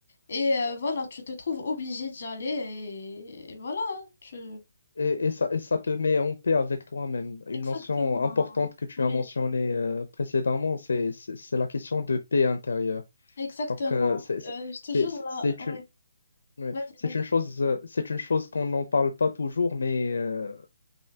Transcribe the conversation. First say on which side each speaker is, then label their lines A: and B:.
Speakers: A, on the left (about 50°); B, on the left (about 80°).
A: Et euh, voilà, tu te trouves obligé d'y aller, et, et voilà, hein, tu...
B: Et, et ça, et ça te met en paix avec toi-même. Une
A: Exactement.
B: notion importante que tu
A: Oui.
B: as mentionnée euh, précédemment, c'est, c'est, c'est la question de paix intérieure.
A: Exactement.
B: Donc, euh, c'est, c'est,
A: Euh, je te jure
B: c'est-
A: là.
B: c'est
A: Ouais.
B: une, oui,
A: Vas-y,
B: c'est
A: vas-y.
B: une chose, euh, c'est une chose qu'on n'en parle pas toujours, mais euh,